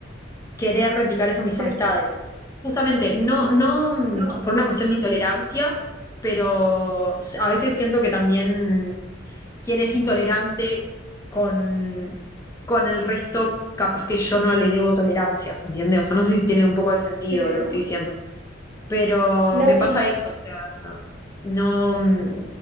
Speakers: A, on the left; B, on the right.
A: querer replicar eso en mis
B: sí,
A: amistades. Justamente, no,
B: ujú,
A: no mm,
B: No, no,
A: por una cuestión de intolerancia, pero s- a veces siento que también quien es intolerante con, con el resto, capaz que yo no le debo tolerancias, entiende O sea, no sé si tiene un poco de sentido
B: sí, eh,
A: lo que
B: claro,
A: estoy diciendo, pero
B: no,
A: me
B: sí,
A: pasa eso, o sea, no, mm,